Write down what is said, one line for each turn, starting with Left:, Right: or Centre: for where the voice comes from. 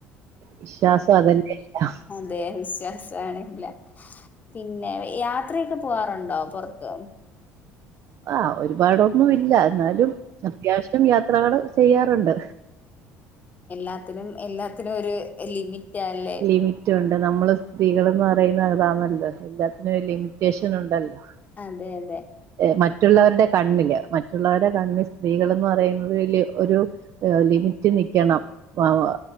Right: വിശ്വാസം അതല്ലേ എല്ലാം
Left: അതെവിശ്വാസം ആണെല്ലാം പിന്നെ യാത്രയൊക്കെ പോവാറുണ്ടോ പൊറത്ത്?
Right: ആഹ് ഒരുപാടൊന്നുല്ല ന്നാലും അത്യാവശ്യം യാത്രകള് ചെയ്യാറുണ്ട്.
Left: എല്ലാത്തിനും എല്ലാത്തിനൊരു ലിമിറ്റ് അല്ലേ
Right: ലിമിറ്റുണ്ട് നമ്മള് സ്ത്രീകൾന്ന പറയുന്ന അതാണല്ലോ എല്ലാത്തിനൊരു ലിമിറ്റേഷനുണ്ടല്ലോ.
Left: അതെ അതെ.
Right: എഹ് മറ്റുള്ളവരുടെ കണ്ണില് മറ്റുള്ളവരുടെ കണ്ണില് സ്ത്രീകൾന്ന് പറയുന്നത് വല്ല്യ ഒരു ഏഹ് ലിമിറ്റി നിക്കണം വാവ